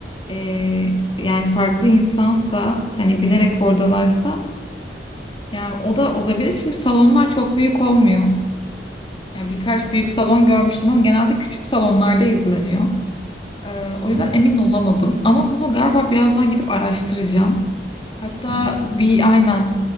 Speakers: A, on the left; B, on the right.
A: e, yani farklı insansa hani bilerek oradalarsa yani o da olabilir çünkü salonlar çok büyük olmuyor. Yani birkaç büyük salon görmüştüm ama genelde küçük salonlarda izleniyor. Ee, o yüzden
B: Hı hı.
A: emin olamadım. Ama bunu galiba birazdan gidip araştıracağım. Hatta
B: Hı hı.
A: bir aynen